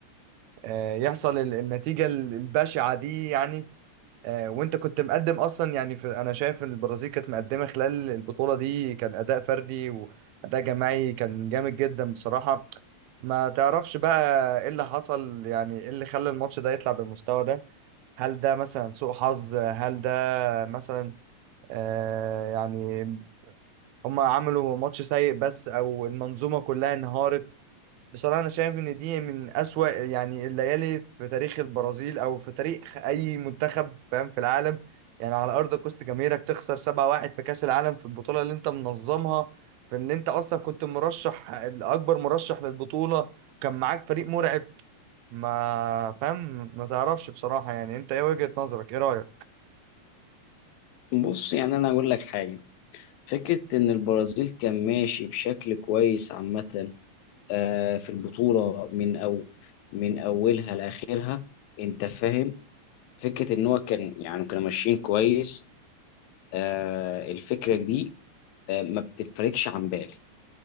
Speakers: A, on the right; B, on the left.
A: ويحصل النتيجة ال- البشعة دي يعني آه، وانت كنت مقدم اصلا يعني في انا شايف ان البرازيل كانت مقدمه خلال البطوله دي كان اداء فردي واداء جماعي كان جامد جدا بصراحه ما تعرفش بقى ايه اللي حصل يعني ايه اللي خلى الماتش ده يطلع بالمستوى ده هل ده مثلا سوء حظ هل ده مثلا آه يعني هم عملوا ماتش سيء بس او المنظومه كلها انهارت بصراحة أنا شايف إن دي من أسوأ يعني الليالي في تاريخ البرازيل أو في تاريخ أي منتخب فاهم في العالم يعني على أرض كوست جماهيرك تخسر 7-1 في كأس العالم في البطولة اللي أنت منظمها في اللي أنت أصلا كنت مرشح الأكبر مرشح للبطولة كان معاك فريق مرعب ما فاهم ما تعرفش بصراحة يعني أنت إيه وجهة نظرك إيه رأيك؟
B: بص يعني انا اقول لك حاجه فكره ان البرازيل كان ماشي بشكل كويس عامه آه، في البطوله من او من اولها لاخرها انت فاهم فكره ان هو كان يعني كانوا ماشيين كويس آه الفكره دي آه ما بتفرقش عن بالي